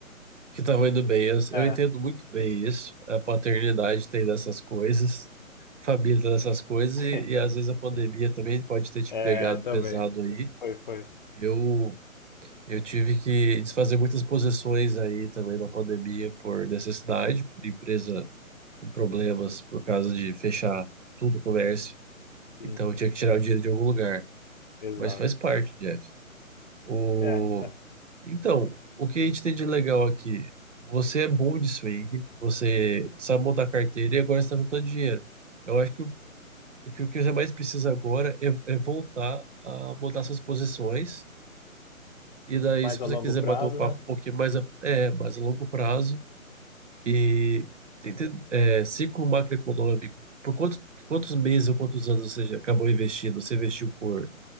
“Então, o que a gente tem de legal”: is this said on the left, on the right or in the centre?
Right